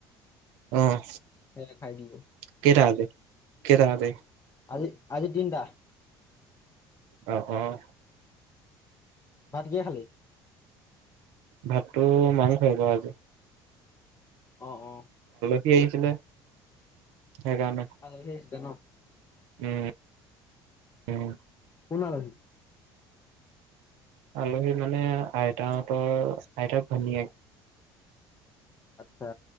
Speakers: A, on the right; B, on the left.
A: আহ
B: সেয়া খাই দিলো
A: কেইটা আজি কেইটা আজি।
B: আজি আজি তিনিটা।
A: অহ -অহ
B: ভাত কিয়ে খালী
A: ভাতটো মাংস হৈ গ আজি।
B: অঁ- অঁ
A: সি আহিছিলে হেইকাৰনে
B: আলহী আহিছিলে ন
A: উম -উম
B: কোন‌ আলহী
A: আলহী মানে আইতাহতৰ আইতাক ভনীয়েক।
B: আচ্ছা।